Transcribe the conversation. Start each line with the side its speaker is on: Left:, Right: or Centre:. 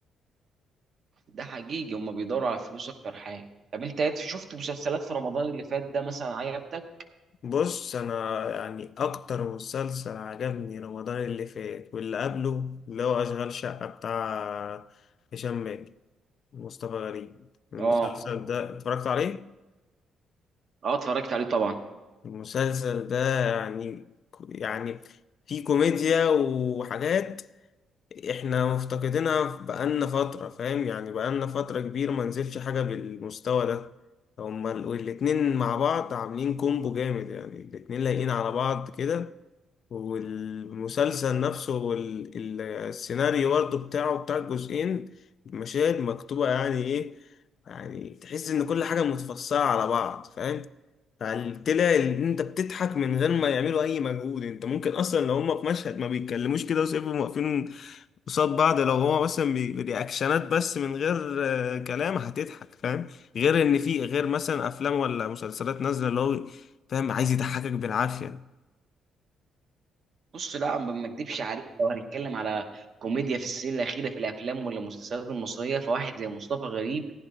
Right: ده حقيقي هم بيدوروا على الفلوس اكتر حاجه طب انت شفت مسلسلات في رمضان اللي فات ده مثلا عجبتك؟
Left: بص انا يعني اكتر مسلسل عجبني رمضان اللي فات واللي قبله اللي هو اشغال شقة بتاع هشام ماجد ومصطفى غريب المسلسل
Right: اه
Left: ده اتفرجت عليه
Right: اه اتفرجت عليه طبعا
Left: المسلسل ده يعني يعني فيه كوميديا وحاجات احنا مفتقدينها بقالنا فترة فاهم يعني بقالنا فترة كبيرة ما نزلش حاجة بالمستوى ده هما الاتنين مع بعض عاملين كومبو جامد يعني الاتنين لايقين على بعض كده والمسلسل نفسه والسيناريو برضه بتاعه بتاع الجزئين مشاهد مكتوبة يعني ايه يعني تحس ان كل حاجة متفصلة على بعض فاهم فطلع ان انت بتضحك من غير ما يعملوا اي مجهود انت ممكن اصلا لو هما في مشهد ما بيتكلموش كده وسيبهم واقفين قصاد بعض لو هو مثلا بي- برياكشنات بس من غير آه، كلام هتضحك فاهم غير ان في غير مثلا افلام ولا مسلسلات نازلة اللي هو فاهم عايز يضحكك بالعافية
Right: بص لا ما ما اكدبش عليك لو هنتكلم على كوميديا في السنين الاخيره في الافلام ولا المسلسلات المصريه فواحد زي مصطفى غريب